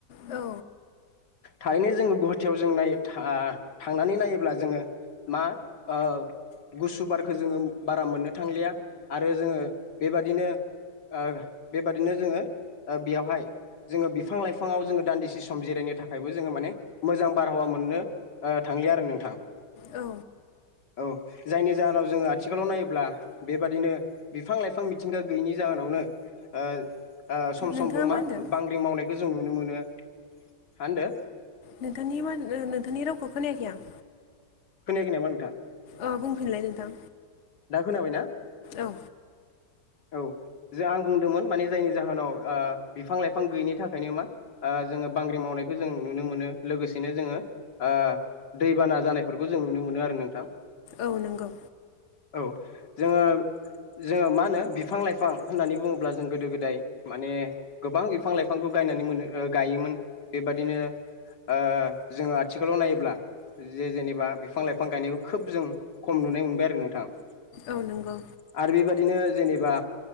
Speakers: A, on the left; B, on the left.
A: औ
B: थारैनो जोङो गुवाहाटियाव जों नाय थांनानै नायोब्ला जोङो मा ओ। गुसु बारखौ जोङो बारा मोननो थांलिया आरो जोङो बेबादिनो ओ बेबादिनो जोङो बेयावहाय जोङो बिफां लाइफाङाव जोङो दान्दिसे सम जिरायनो थाखायबो जोङो माने मोजां बारहावा मोनो नो ओ थांलिया आरो नोंथां।
A: औ।
B: औ जायनि जाहोनाव जोङो आथिखालाव नायोब्ला बेबादिनो बिफां लाइफां मिथिंगा गैयिनि जाहोनावनो ओ ओ सम
A: नोंथाङा
B: समबो मा
A: होनदों
B: बांग्रि मावनायखौ जों नुनो मोनो हा होनदो
A: नोंथांनि माथो ओ नोंथांनि रावखौ खोनायाखै आं।
B: खोनायाखै नामा नोंथां
A: ओ बुंफिनलाय नोंथां
B: दा खोनाबायना?
A: औ
B: औ जे आं बुंदोंमोन माने जायनि जाहोनाव ओ बिफां-लाइफां गैयिनि थाखायनो मा ओ जोङो बांग्रि मावना नायखौ जों नुनो मोनो लोगोसेनो जोङो ओ दै बाना जानायफोरखौ जों नुनो मोनो आरो नोंथां।
A: औ नंगौ
B: औ जोङो जोङो मा होनो बिफां-लाइफां होननानै बुङोब्ला जों गोदो गोदाय माने गोबां बिफां-लाइफांखौ बायनानै मोनो गायोमोन बेबादिनो ओ जोङो आथिखालाव नायोब्ला जे जेनेबा बिफां-लाइफां गायनायखौ खोब जों खम नुनाय मोनबाय आरो नोंथां। आरो
A: औ नंगौ
B: बेबादिनो जेनेबा